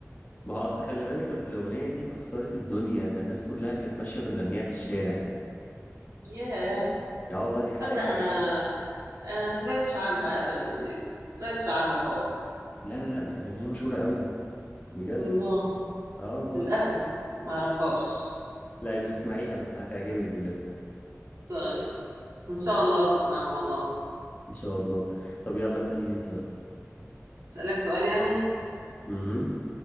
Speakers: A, on the left (about 30°); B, on the right (about 75°).
A: ما هو اصل خلي بالك اصل الاغنيه دي كسرت الدنيا ده الناس كلها كانت ماشيه بتغنيها في الشارع
B: ياه
A: يا والله دي حققت
B: تصدق انا
A: نجاحات
B: انا ما سمعتش عنها ابدا دي ما سمعتش عنها خالص
A: لا لا لا دي كانت اغنيه مشهوره قوي بجد
B: الله
A: اه والله
B: للاسف ما اعرفهاش
A: لا بسمعيها بس هتعجبك بجد
B: طيب ان شاء الله بسمعها والله
A: ان شاء الله طب يلا اساليني انت بقى
B: اسالك سؤال يعني
A: امم